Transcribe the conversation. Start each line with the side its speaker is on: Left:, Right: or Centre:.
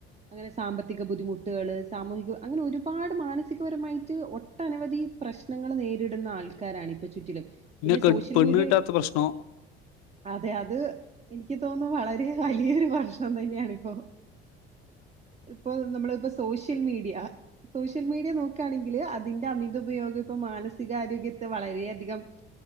Right: അങ്ങനെ സാമ്പത്തിക ബുദ്ധിമുട്ടുകൾ സാമൂഹിക അങ്ങനെ ഒരുപാട് മാനസികപരമായിട്ട് ഒട്ടനവധി പ്രശ്നങ്ങൾ നേരിടുന്ന ആൾക്കാരാണ് ഇപ്പൊ ചുറ്റില പിന്നെ
Left: കെ
Right: സോഷ്യൽ
Left: പെണ്ണ്
Right: മീഡിയ
Left: കിട്ടാത്ത പ്രശ്നം
Right: അതെ അത് എനിക്ക് എനിക്ക് തോന്നുന്നു വളരെ വലിയൊരു പ്രശ്നം തന്നെയാണ ഇപ്പോൊ ഇപ്പൊ നമ്മള ഇപ്പോ സോഷ്യൽ മീഡിയ സോഷ്യൽ മീഡിയ നോക്കുകയാണെങ്കില് അതിന്റെ അമിത ഉപയോഗം ഇപ്പൊ മാനസികാരോഗ്യത്തെ വളരെയധികം